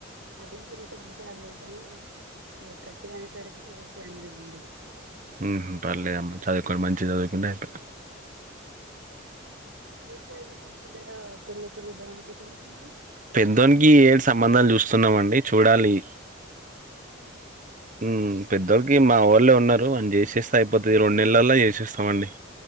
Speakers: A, on the right; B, on the right.
A: అడిగిర్రు చాల సార్లు గని ఈగ గట్టిగ అనేసరికి ఒకే అన్నారండి
B: ఉహ్మ్ పర్లేదమ్మా చదువుకుని మంచి చదువుకుంటే అయిపో
A: మీర్ సార్ ఇంకా మీ పిల్లల పెళ్లి ఎప్పుడు చేదాం అనుకుంటున్నారు మరి
B: పెద్దోనికి ఇ యేడు సంబంధాలు చూస్తున్నామండి చూడాలి
A: ఉమ్
B: హ్మ్ పేద్దోడికి మా వోల్లే ఉన్నారు మనం చేసేస్తే అయిపోతుంది ఈ రెండు నెలలల్లో చేసేస్తామండి